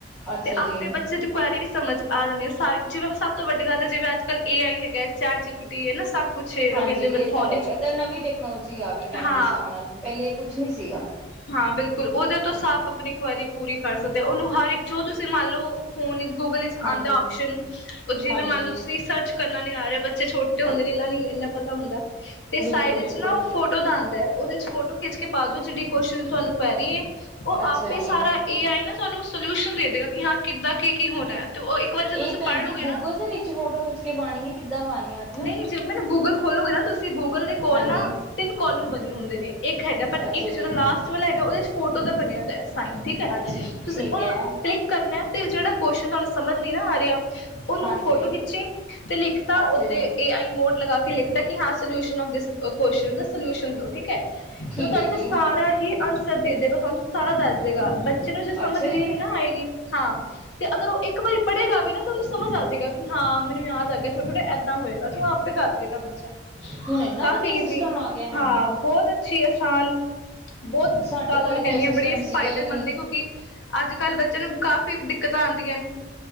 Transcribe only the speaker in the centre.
ਅੱਛਾ
ਜੀ
ਹਾਂਜੀ
ਇਹ
ਤਾਂ ਹੈਗਾ
ਤੇ ਨਵੀਂ ਟੈਕਨੋਲੋਜੀ ਆ ਗਈ। ਟਾਈਮ
ਦੇ ਹਿਸਾਬ ਨਾਲ। ਪਹਿਲੇ ਇਹ ਕੁਛ ਨੀ ਸੀਗਾ।
ਹਾਂਜੀ
ਹਾਂਜੀ
ਬਿਲਕੁਲ
ਬਿਲਕੁਲ
ਅੱਛਾ
ਜੀ
ਇਹ
ਭੈਣ
ਜੀ
ਗੂਗਲ
ਦੇ ਵਿੱਚ ਫੋਟੋ ਖਿੱਚ ਕੇ ਪਾਣੀ ਏ ਕਿੱਦਾਂ ਪਾਣੀ। ਹੈ ਮਤਲਬ
ਹਾਂਜੀ
ਅੱਛਾ
ਜੀ
ਅੱਛਾ
ਠੀਕ
ਹੈ
ਹਾਂਜੀ
ਅੱਛਾ ਜੀ
ਠੀਕ
ਹੈ ਜੀ
ਅੱਛਾ
ਜੀ
ਹੁਣ ਇੰਨਾ
ਵਧੀਆ
ਸਿਸਟਮ ਆ ਗਿਆ
ਸਾਡੀ
ਵਾਰੀ
ਤਾਂ
ਇਹ ਸਿਸਟਮ
ਸੀਗਾ
ਹੀ ਨਹੀਂ